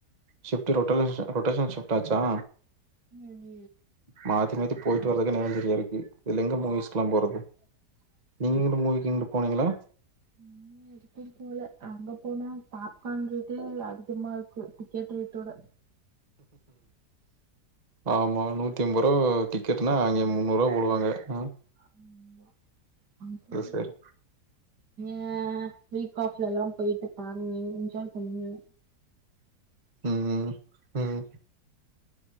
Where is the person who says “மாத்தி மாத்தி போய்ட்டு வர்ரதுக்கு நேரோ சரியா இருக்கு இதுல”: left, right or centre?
Right